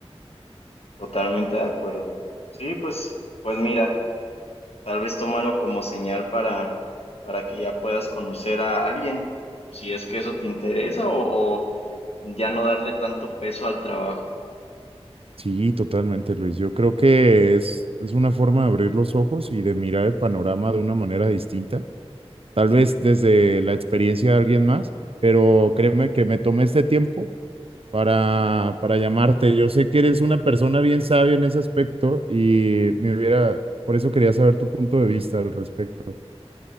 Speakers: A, on the left (about 70°); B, on the right (about 60°).
A: Totalmente de acuerdo. Sí, pues, pues mira, tal vez tómalo como señal para, para que ya puedas conocer a alguien, si es que eso te interesa, o, o ya no darle tanto peso al trabajo.
B: Sí, totalmente, Luis. Yo creo que es, es una forma de abrir los ojos y de mirar el panorama de una manera distinta, tal vez desde la experiencia de alguien más, pero créeme que me tomé este tiempo para, para llamarte. Yo sé que eres una persona bien sabia en ese aspecto y me hubiera, por eso quería saber tu punto de vista al respecto.